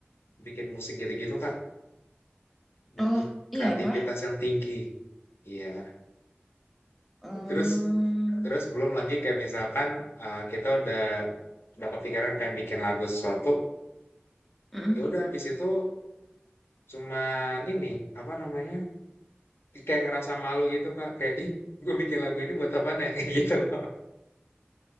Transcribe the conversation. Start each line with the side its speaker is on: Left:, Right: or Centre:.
Left: bikin musik gitu-gitu Kak, butuh
Centre: Oh,
Left: kreativitas
Centre: iya tah?
Left: yang tinggi. Iya.
Centre: Hmm.
Left: Terus terus belum lagi kayak misalkan eh, kita udah udah kepikiran pengen bikin lagu sesuatu,
Centre: mm-mm.
Left: ya udah habis itu cuman ini apa namanya? kayak ngerasa malu gitu Kak, kayak ih gue bikin lagu ini buat apa nih <laughs> kayak gitu loh.